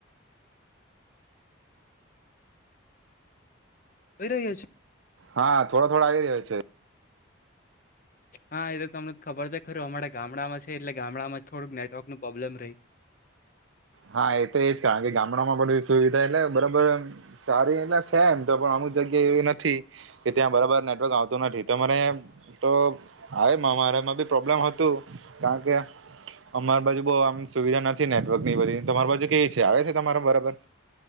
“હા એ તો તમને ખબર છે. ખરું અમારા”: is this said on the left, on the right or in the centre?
Left